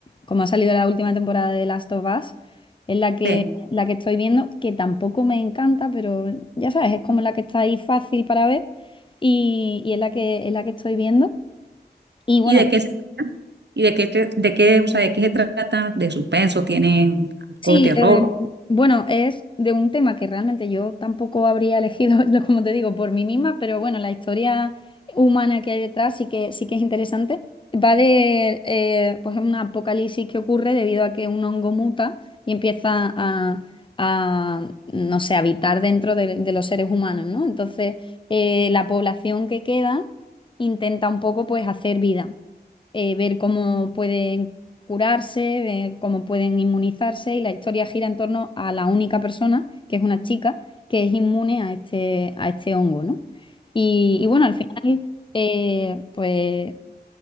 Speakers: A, on the left; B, on the right.
A: como ha salido la última temporada de Last of Us, es la que,
B: Sí.
A: la que estoy viendo, que tampoco me encanta, pero ya sabes, es como la que está ahí fácil para ver y, y es la que, es la que estoy viendo. Y bueno,
B: ¿Y de qué se trata? ¿Y de qué, te- de qué, o sea, de qué se trata? ¿De suspenso? ¿Tiene algo
A: Sí,
B: de terror?
A: eh, bueno, es de un tema que realmente yo tampoco habría elegido, <laughs> no, como te digo, por mí misma, pero bueno, la historia humana que hay detrás sí que, sí que es interesante. Va de, eh, pues, un apocalipsis que ocurre debido a que un hongo muta y empieza a, a, no sé, habitar dentro de, de los seres humanos, ¿no? Entonces, eh, la población que queda intenta un poco, pues, hacer vida eh, ver cómo pueden curarse, de cómo pueden inmunizarse y la historia gira en torno a la única persona, que es una chica, que es inmune a este, a este hongo, ¿no? Y, y bueno, al final, eh, pues